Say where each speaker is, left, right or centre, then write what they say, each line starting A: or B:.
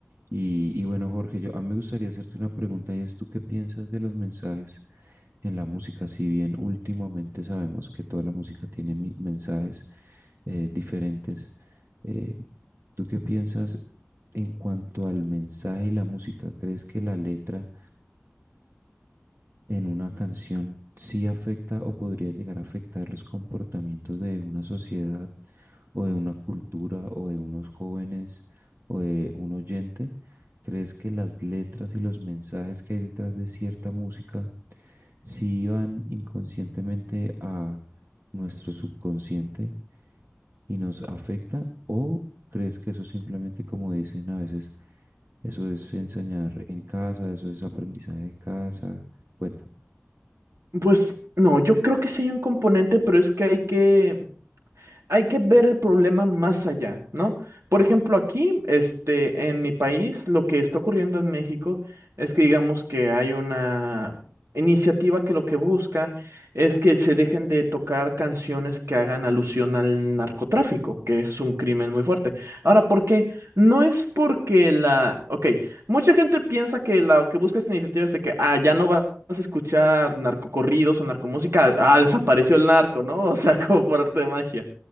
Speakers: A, on the right; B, on the right.
A: Y, y bueno, Jorge, yo a mí me gustaría hacerte una pregunta y es, ¿tú qué piensas de los mensajes? en la música, si bien últimamente sabemos que toda la música tiene mi- mensajes eh, diferentes, eh, ¿tú qué piensas en cuanto al mensaje y la música? ¿Crees que la letra en una canción sí afecta o podría llegar a afectar los comportamientos de una sociedad o de una cultura o de unos jóvenes o de un oyente? ¿Crees que las letras y los mensajes que hay detrás de cierta música si van inconscientemente a nuestro subconsciente y nos afecta o crees que eso simplemente, como dicen a veces, eso es enseñar en casa, eso es aprendizaje de casa? Cuéntame.
B: Pues no, yo creo que sí hay un componente, pero es que hay que hay que ver el problema más allá, ¿no? Por ejemplo, aquí, este, en mi país, lo que está ocurriendo en México es que digamos que hay una iniciativa que lo que busca es que se dejen de tocar canciones que hagan alusión al narcotráfico, que es un crimen muy fuerte. Ahora, ¿por qué? No es porque la... Ok, mucha gente piensa que la que busca esta iniciativa es de que, ah, ya no va vas a escuchar narcocorridos o narcomúsica, ah, desapareció el narco, ¿no? O sea, <laughs> como por arte de magia.